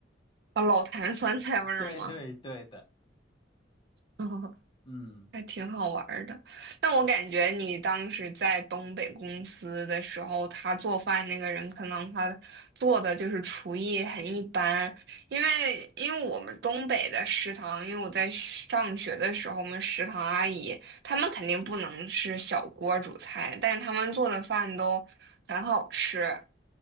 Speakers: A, on the right; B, on the left.
A: 啊老坛酸菜味儿吗？
B: 对对对的，
A: <laughs>
B: 嗯
A: 还挺好玩儿的。但我感觉你当时在东北公司的时候，他做饭那个人可能他做的就是厨艺很一般，因为因为我们东北的食堂，因为我在上学的时候，我们食堂阿姨他们肯定不能是小锅煮菜，但是他们做的饭都很好吃。